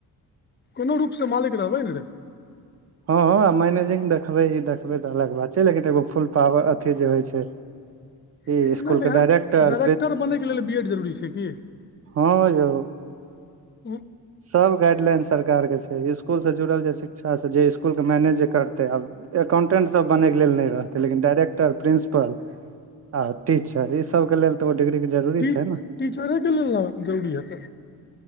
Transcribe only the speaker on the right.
हऽ मैनेजिंग देखबै ई देखबै तऽ अलग बात छै लेकिन एगो फुल पावर अथी जे होइ छै।
ई स्कुल
के डायरेक्टर
हऽ यौ।
सब गाइडलाइन सरकारके छै इस्कूल से जुड़ल जे शिक्षासँ जे इस्कूलके मैनेज जे करतै आब। अकाउंटेंट सभ बनैके लेल नहि रहतै लेकिन डाइरेक्टर प्रिंसिपल आ टीचर ई सबके लेल तऽ ओ डिग्रीक के जरूरी
छै ने